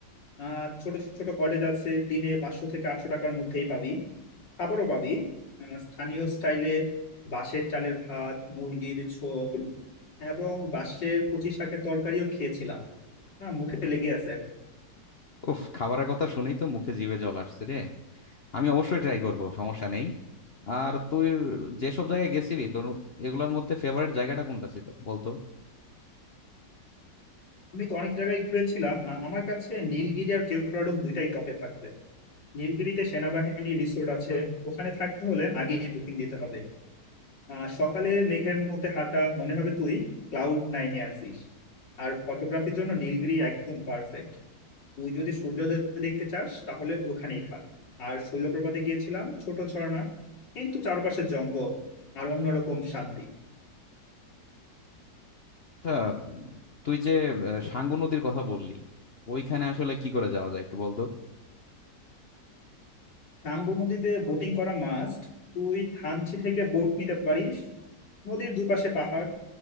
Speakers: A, on the left (about 80°); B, on the left (about 40°).
A: আহ ছোট ছোট কটেজ আছে দিনে পাঁচশো থেকে আটশো টাকার মধ্যেই পাবি খাবারও পাবি আহ, স্থানীয় স্টাইলে বাঁশের চালের ভাত মুরগির ঝোল এবং বাঁশের কচি শাকের তরকারিও খেয়েছিলাম হ্যাঁ মুখে লেগে আছে এখন
B: ওফ খাবারের কথা শুনেই তো মুখে জিভে জল আসছে রে আমি অবশ্যই ট্রাই করব সমস্যা নেই আর তুই যেসব জায়গায় গেছিলি তোর এগুলোর মধ্যে ফেভারিট জায়গাটা কোনটা ছিল বলতো
A: আমি তো অনেক জায়গায় ঘুরেছিলাম আহ, আমার কাছে নীলগিরি আর কেওড়াডুম দুইটাই টপে থাকবে নীলগিরিতে সেনাবাহিনী রিসোর্ট আছে ওখানে থাকতে হলে আগেই বুকিং দিতে হবে আহ সকালে মেঘের মধ্যে হাঁটা মনে হবে তুই ক্লাউড নাইনে আছিস আর ফটোগ্রাফির জন্য নীলগিরি একদম পারফেক্ট তুই যদি সূর্যোদয় দেখতে চাস তাহলে ওখানেই থাক আর শৈলপ্রপাতে গিয়েছিলাম ছোট ঝর্ণা কিন্তু চারপাশে জঙ্গল আর অন্যরকম শান্তি
B: আচ্ছা তুই যে আহ, সাঙ্গু নদীর কথা বললি ওইখানে আসলে কি করে যাওয়া যায় একটু বলতো
A: সাঙ্গু নদীতে বোটিং করা মাস্ট তুই থানচি থেকে বোট নিতে পারিস নদীর দুপাশে পাহাড়